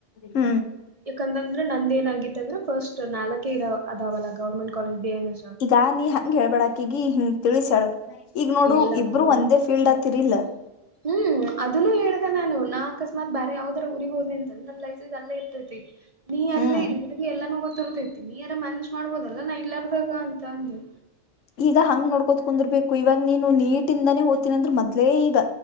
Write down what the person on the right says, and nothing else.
ಯಾಕಂದಂದ್ರೆ ನಂದ ಏನಗತ್ತ ಅಂದ್ರೆ ಫಸ್ಟ್ ನಾಲ್ಕೆ ಇರ ಅದಾವಲ್ಲ government college B M S
ಇಲ್ಲ
ಹ್ಮ್
ಹ್ಮ್ ಅದನ್ನು ಹೇಳುದ ನಾನು ನಾ ಅಕಸ್ಮಾತ್ ಬಾರ ಯಾವ್ದರ ಊರಿಗೆ ಹೋನಿ ಅಂತ ನನ್ ಲೈಸೆನ್ಸ್ ಅಲ್ಲೇ ಇರ್ತೈತಿ ನೀ ಅಲ್ಲೇ
ಎಲ್ಲಾನು ಗೊತ್ತಿರ್ತೈತಿ ನೀ ಯಾರ ಮನೇಜ್ ಮಾಡ್ಬೋದಲ್ಲ ನಾ ಇಲ್ಲಾರ್ದಾಗ ಅಂತ ಅಂದ